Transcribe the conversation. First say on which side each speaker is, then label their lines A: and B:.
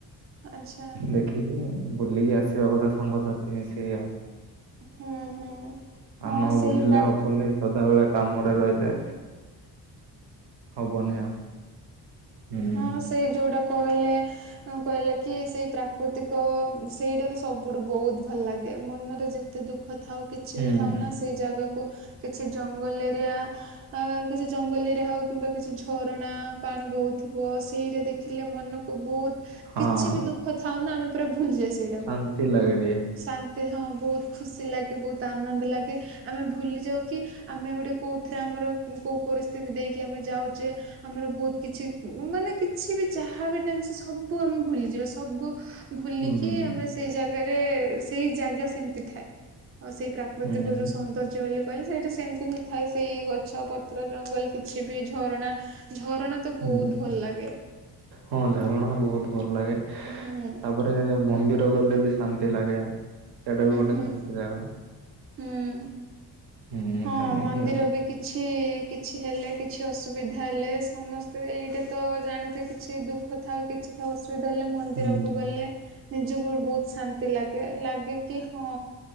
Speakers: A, on the right; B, on the right.
A: ଆଚ୍ଛା
B: ଦେଖିକି ବୁଲିକି ଆସିବା କଥା ସାଙ୍ଗସାଥି ମିଶେଇକି ଆଉ।
A: ହୁଁ ହୁଁ
B: ଆଉ
A: ହଁ
B: ନ
A: ସେଇ
B: ବୁଲିଲେ
A: ପ୍ରାକୃତି
B: ହବନି ସଦାବେେଳେ। କାମରେ ରହିଲେ। ହବନି
A: ହୁଁ।
B: ଆଉ। ହୁଁ
A: ହଁ ସେ ଯୋଉଟା କହିଲେ କହିଲେ କି ସେଇ ପ୍ରାକୃତିକ ସେଇଟା ତ ସବୁଠୁ ବହୁତ ଭଲ ଲାଗେ। ମନରେ ଯେତେ ଦୁଃଖ ଥାଉ କିଛି
B: ହୁଁ
A: ବି ଥାଉ ନା ସେ ଜାଗାକୁ କିଛି ଜଙ୍ଗଲ ଏରିଆ କିଛି ଜଙ୍ଗଲ ଏରିଆ ହଉ କିମ୍ବା କିଛି ଝରଣା ପାଣି ବହୁତ୍ ଥିବ ସେଇଟା ଦେଖିଲେ ମନକୁ ବହୁତ୍
B: ହଁ
A: କିଛି ବି ଦୁଃଖ ଥାଉ ନା ଆମେ ପୁରା ଭୁଲିଯାଉ ସେଇଟାକୁ
B: ଶାନ୍ତି ଲାଗେ ଟିକେ
A: ସାନ ହଁ ବହୁତ ଖୁସି ଲାଗେ ବହୁତ ଆନନ୍ଦ ଲାଗେ ଆମେ ଭୁଲିଯାଉ କି ଆମେ ଗୋଟେ କୋଉଥିରେ ଆମେ ଆମର କୋଉ ପରିସ୍ଥିତି ଦେଇକି ଆମେ ଯାଉଛେ ଆମର ବହୁତ କିଛି ମାନେ କିଛି ବି ଯାହାବି ଟେନ୍ସ ସବୁ ଆମେ ଭୁଲିଯିବା ସବୁ ଭୁଲିକି
B: ହୁଁ
A: ଆମେ ସେଇ ଜାଗାରେ ସେଇ ଜାଗା ସେମିତି ଥାଏ। ଆଉ ସେଇ ପ୍ରାକୃତିକ
B: ହୁଁ
A: ଯୋଉ ସୌନ୍ଦର୍ଯ୍ୟ ହେଲେକ୍ ଖାଲି ସେଇଟା ସେମିତି ହିଁ ଥାଏ ସେଇ ଗଛ ପତ୍ର ଜଙ୍ଗଲ କିଛି ବି ଝରଣା ଝରଣା ତ
B: ହୁଁ
A: ବହୁତ। ଭଲ ଲାଗେ
B: ହଁ ଝରଣା ବହୁତ ଭଲ ଲାଗେ ତାପରେ
A: ହୁଁ ହୁଁ
B: ମନ୍ଦିର ଟ ଗଲେ ବି ଶାନ୍ତି ଲାଗେ ସେଇଟା ବି ଗୋଟେ
A: ହୁଁ
B: ଶାନ୍ତି ଜାଗା।
A: ହୁଁ
B: ହୁଁ
A: ହଁ
B: ସେମିତି
A: ମନ୍ଦିର
B: ଆଉ
A: ବି କିଛି କିଛି ହେଲେ କିଛି ଅସ୍ ଅସୁବିଧା ହେଲେ ସମସ୍ତେ ଏଇଟା ତ, ଜାଣିଥିବେ କିଛି ଦୁଃଖ ଥାଉ କିଛି ଥାଉ ଧଲେ ମନ୍ଦିରକୁ
B: ହୁଁ
A: ଗଲେ, ନିଜକୁ ବହୁତ ଶାନ୍ତି ଲାଗେ। ଲାଗେ କି, ହଁ